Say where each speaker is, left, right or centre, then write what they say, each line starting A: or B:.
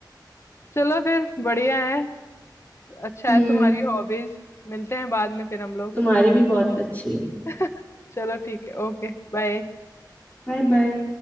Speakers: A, on the left; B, on the left.
A: चलो फिर बढ़िया है अच्छा
B: हम्म
A: है तुम्हारी हॉबीज मिलते हैं बाद में फिर हम लोग
B: तुम्हारी भी बहुत अच्छी है
A: <laughs> चलो ठीक है ओके बाय
B: Bye bye